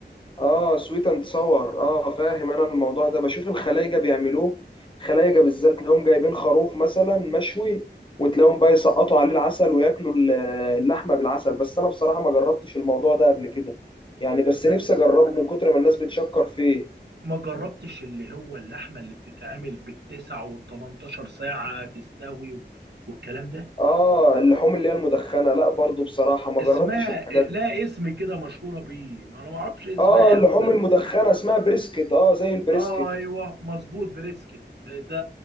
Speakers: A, on the left (about 25°); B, on the right (about 65°).
A: اه سويت اند صور اه فاهم انا الموضوع ده بشوف الخلايجه بيعملوه خلايجه بالذات تلاقيهم جايبين خروف مثلا مشوي وتلاقيهم بقى يسقطوا عليه العسل وياكلوا ال- اللحمه بالعسل بس انا بصراحه ما جربتش الموضوع ده قبل كده يعني بس
B: لا
A: نفسي اجربه من كتر ما الناس بتشكر فيه
B: ما جربتش اللي هو اللحمه اللي بتتعمل بالتسع والتمنتاشر ساعه تستوي و- والكلام ده
A: اه اللحوم اللي هي المدخنه لا برضو بصراحه ما
B: اسمها
A: جربتش الحاجات
B: لا
A: دي
B: اسم كده مشهوره بيه ما انا ما اعرفش اسمها
A: اه اللحوم
B: قوي بس
A: المدخنه اسمها بريسكت اه زي البريسكت
B: آه ايوه مظبوط بريسكت ده